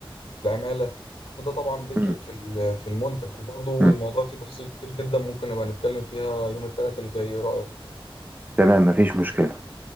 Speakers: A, on the left; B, on the right.
A: العمالة كل ده طبعا بيفرق
B: مم.
A: في ال- في المنتج وبرضه
B: مم.
A: الموضوع فيه تفاصيل كتير جدا ممكن نبقى نتكلم فيها يوم الثلاث اللي جاي إيه رأيك؟
B: تمام مفيش مشكلة